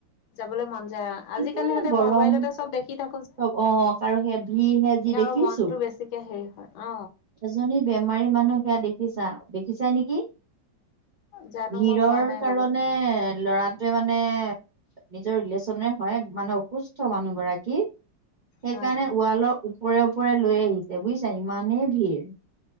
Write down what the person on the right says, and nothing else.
কিনে
গৰম
অ আৰু সেয়া ভিৰ হে যে যি দেখিছো।
এজনী বেমাৰী মানুহ সেয়া দেখিছা দেখিছাই নেকি।
ভিৰৰ
কাৰণে
লৰাটোৱে মানে নিজৰ ৰিলেশনেৰে হয় মানে অসুস্থ মানুহ গৰাকী সেইকাৰণে
ৱালৰ ওপৰে ওপৰে লৈ আহিছে বুজিছা ইমানেই ভিৰ